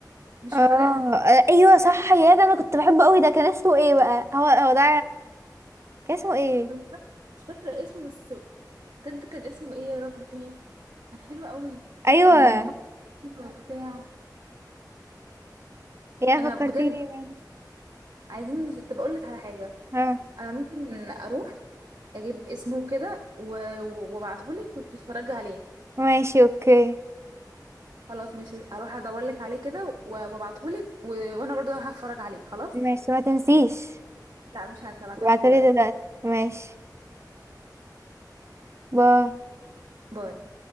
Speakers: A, on the right; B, on the right.
A: مش
B: اه
A: فاكراه
B: ايوه صح يا ده انا كنت بحبه قوي ده كان اسمه ايه بقى هو هو ده كان اسمه ايه
A: مش فاكره مش فاكره اسمه بس بجد كان اسمه ايه يا ربي كان حلو قوي
B: ايوه
A: كان فقد الذاكرة وبتاع
B: يا
A: انا
B: فكرتيني
A: بجد
B: بقى.
A: عايزين طب اقول لك على حاجه
B: اه
A: انا ممكن اروح اجيب اسمه كده و- و- وابعته لك وتتفرجي عليه
B: ماشي اوكي
A: خلاص ماشي اروح ادور لك عليه كده و- وابعته لك و... وانا برضو هروح اتفرج عليه خلاص
B: ماشي ما تنسيش
A: لا مش هبعته
B: ابعتلي
A: لك دلوقتي
B: دلوقتي ماشي باي
A: باي